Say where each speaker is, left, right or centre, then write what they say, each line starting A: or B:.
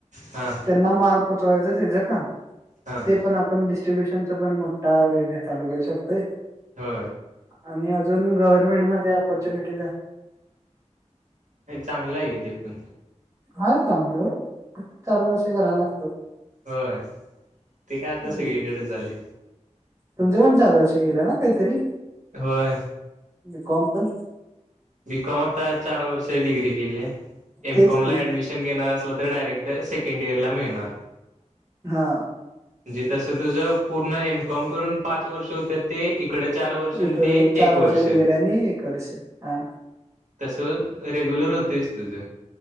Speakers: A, on the right; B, on the right.
A: हा
B: त्यांना माल पोचवायचं ते ज काण
A: हां
B: ते पण पण डिस्ट्रीब्युशनचा पण मोठा बिझनेस लू करू शकतय
A: हा
B: आणि अजून गव्हर्नमेंटमध्येध्ये अपॉर्च्युनिटी
A: का चांगलं आहे कि ते पण
B: हा चांगलं चार वर्ष करायला असतात
A: हय ते काय आता
B: हम्म.
A: सगळीकडे झाले
B: तुमचे पण ारू असे गे ना काहीतरी
A: होय
B: कॉम पण
A: बीकॉम आता चार वर्ष डग्री केले एमकॉम
B: तेच की
A: ला ऍडमिशन न घेणार असलं तर डायरेक्ट सेकंड इयरला मिळणार
B: हा
A: म्हणजे तसं तुझं पूर्ण एम कॉम करून पाच वर्ष होत ते इकडे चार वर्ष आणि
B: इकडे
A: ते
B: चार
A: एक वर्ष
B: डिग्री आणि एक वर्ष हा
A: तसं रेग्युलर होतंच तुझं